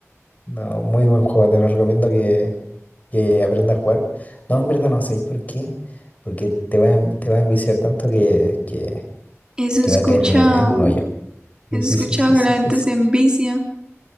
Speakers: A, on the left; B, on the right.
A: No, muy buen juego. Te lo recomiendo que, que aprendas a jugar. No, en verdad no, ¿sabéis por qué? Porque te va, a en- te va a enviciar tanto que, que,
B: Eso
A: que
B: he escuchado,
A: va a caer en, en un hoyo. Sí,
B: eso
A: sí,
B: he escuchado
A: sí, sí, sí.
B: que la gente
A: yo sé.
B: se envicia.